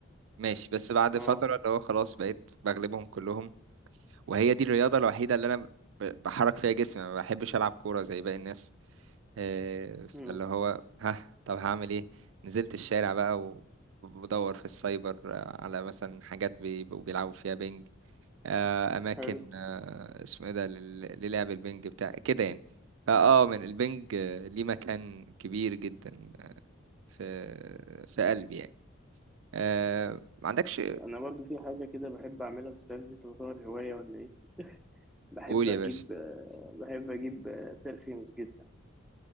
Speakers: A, on the right (about 70°); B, in the centre.
A: ماشي بس بعد
B: اه
A: فترة اللي هو خلاص بقيت بغلبهم كلهم وهي دي الرياضة الوحيدة اللي أنا ب- بحرك فيها جسمي ما بحبش ألعب كورة زي باقي الناس آه، فاللي
B: مم.
A: هو ها طب هعمل إيه نزلت الشارع بقى و- وبدور في السايبر آه، على مثلا حاجات بي- بيبقوا بيلعبوا فيها بينج آه، أماكن
B: حلو
A: آه، اسمه إيه ده لل- للعب البينج بتاع كده يعني فأه من البينج آه، ليه مكان كبير جدا في في قلبي يعني آه، ما عندكش
B: انا برضو في حاجه كده بحب اعملها بس دي تعتبر هوايه ولا ايه بحب
A: قول يا
B: اجيب
A: باشا
B: آه، بحب اجيب برفيومز جدا